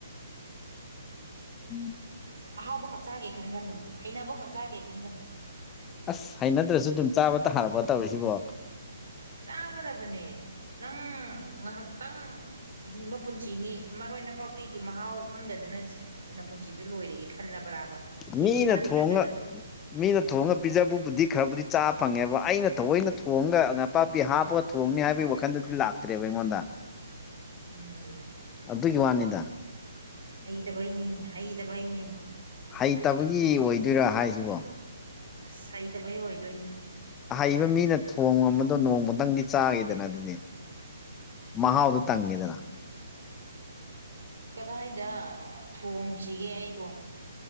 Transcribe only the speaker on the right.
ꯑꯍꯥꯎꯕ ꯈꯛ ꯆꯥꯒꯦ ꯈꯟꯒꯅꯨ ꯍꯩꯅꯕ ꯈꯛ ꯆꯥꯒꯦ ꯈꯟꯒꯅꯨ
ꯆꯥꯒꯗꯕꯅꯦ ꯅꯪ ꯉꯍꯥꯛ ꯇꯪ ꯍꯤꯡꯕ ꯄꯨꯟꯁꯤꯅꯤ ꯃꯔꯣꯏ ꯅꯄꯥꯛꯄꯤꯒꯤ ꯃꯍꯥꯎ ꯈꯪꯗꯗꯅ ꯁꯤꯅꯤ ꯅ ꯄꯨꯨꯟꯁꯤꯗꯨ ꯂꯣꯏꯔꯒꯦ ꯈꯜꯂꯕ꯭ꯔꯕ ꯍꯤꯡꯉꯤ
ꯀꯥꯟꯁꯤꯗ ꯖꯒꯠ
ꯎꯝ
ꯍꯩꯗꯕꯩꯅꯤꯅꯦ ꯍꯩꯗꯕꯩꯅꯤꯅꯦ
ꯑꯁ ꯍꯩꯇꯕꯩ ꯑꯣꯏꯗꯣꯏꯅꯦ
ꯀꯗꯥꯏꯗ ꯊꯣꯡꯁꯤꯒꯦ ꯑꯩꯕꯣ